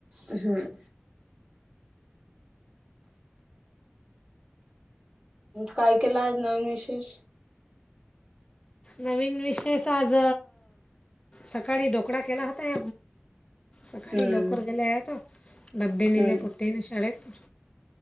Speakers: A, on the right; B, on the left.
A: हम्म. काय केला आज नवीन विशेष?
B: नवीन विशेष आज सकाळी डोकळा केला होता सकाळी
A: हम्म
B: लवकर गेल्यात. डब्बे नेले
A: हम्म
B: पुते ना शाळेत.